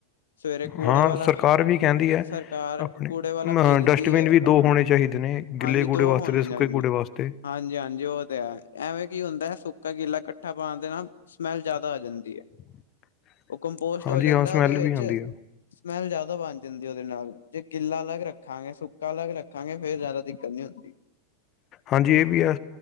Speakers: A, on the left; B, on the left.
A: ਸਵੇਰੇ ਕੂੜੇ
B: ਹਾਂ
A: ਵਾਲਾ,
B: ਸਰਕਾਰ ਵੀ ਕਹਿੰਦੀ ਹੈ
A: ਸਰਕਾਰ
B: ਆਪਣੇ
A: ਕੂੜੇ ਵਾਲਾ
B: ਅ
A: ਭੇਜਦੀ
B: ਡਸਟਬਿਨ
A: ਹੈ
B: ਵੀ
A: ਆਪਣਾ,
B: ਦੋ ਹੋਣੇ ਚਾਹੀਦੇ ਨੇ
A: ਹਾਂਜੀ
B: ਗਿੱਲੇ ਕੂੜੇ
A: ਦੋ
B: ਵਾਸਤੇ
A: ਹੋਣੇ
B: ਤੇ ਸੁੱਕੇ
A: ਚਾਹੀਦੇ
B: ਕੂੜੇ ਵਾਸਤੇ
A: ਹਾਂਜੀ-ਹਾਂਜੀ ਉਹ ਤੇ ਹੈ, ਐਵੇਂ ਕੀ ਹੁੰਦਾ ਹੈ ਸੁੱਕਾ ਗੀਲਾ ਇਕੱਠਾ ਪਾਉਣ ਦੇਣਾ ਸਮੈਲ ਜਿਆਦਾ ਆ ਜਾਂਦੀ ਹੈ
B: <inaudible>
A: ਉਹ ਕੰਪੋਸਟ
B: ਹਾਂਜੀ
A: ਹੋ ਜਾਂਦਾ
B: ਹਾਂ ਸਮੈਲ
A: ਉਹਦੇ ਵਿੱਚ,
B: ਵੀ ਆਉਂਦੀ ਆ
A: ਸਮੈਲ ਜ਼ਿਆਦਾ ਬਣ ਜਾਂਦੀ ਉਹਦੇ ਨਾਲ ਗਿੱਲਾ ਅਲੱਗ ਰੱਖਾਂਗੇ, ਸੁੱਕਾ ਅਲੱਗ ਰੱਖਾਂਗੇ ਫੇਰ ਜ਼ਿਆਦਾ ਦਿੱਕਤ ਨੀ ਹੁੰਦੀ
B: ਹਾਂਜੀ ਇਹ ਵੀ ਹੈ,